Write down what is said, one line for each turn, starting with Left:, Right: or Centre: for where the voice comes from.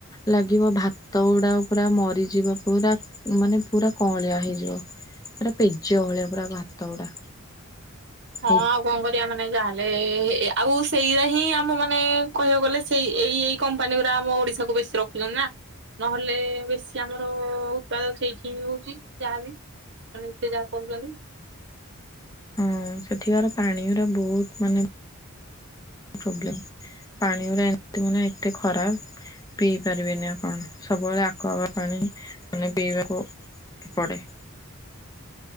Left: ଲାଗିବ ଭାତ ଗୁଡା ପୁରା ମରିଯିବ ପୁରା। ମାନେ ପୁରା କଅଁଳିଆ ହେଇଯିବ ପୁରା ପେଜ ଭଳିଆ ପୁରା ଭାତ ଗୁଡା।
Right: ହଁ
Left: ହେଇ
Right: ଆଉ କଣ କରିବା ମାନେ ଯାହାହେଲେ ଆଉ ସେଇଟା ହିଁ ଆମ ମାନେ କହିବାକୁ ଗଲେ ସେଇ ଏଇ ଏଇ। କମ୍ପାନୀ ଗୁରା ଆମ ଓଡିଶାକୁ ବେଶୀ ରଖୁଛନ୍ତି ନା। ନହେଲେ ବେଶୀ ଆମର ଉତ୍ପାଦ ଠିକ୍ ହିଁ ହଉଛି ଯାହାବି। ମାନେ ସେ ଯାହା କରୁଛନ୍ତି।
Left: ହଁ ସେଠିକାର ପାଣି ଗୁରା ବହୁତ ମାନେ, ପ୍ରୋବଲେମ ପାଣି ଗୁରା ଏମତି ମାନେ ଏତେ ଖରାପ। ପିଇ ପାରିବେନି ଆପଣ। ସବୁବେଳେ ଆକ୍ୱାଗାର୍ଡ ପାଣି ମାନେ ପିଇବାକୁ ପଡେ।